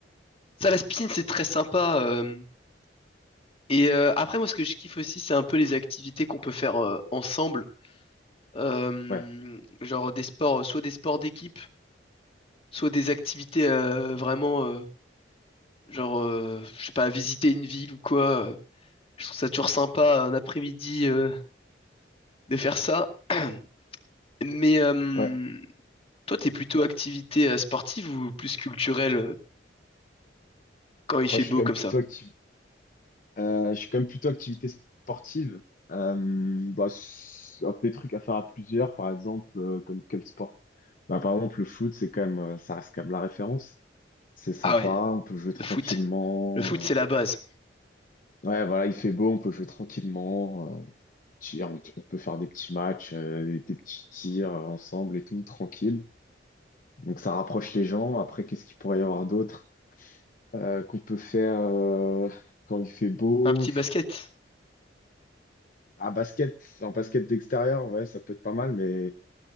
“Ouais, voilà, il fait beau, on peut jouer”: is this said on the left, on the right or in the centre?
Left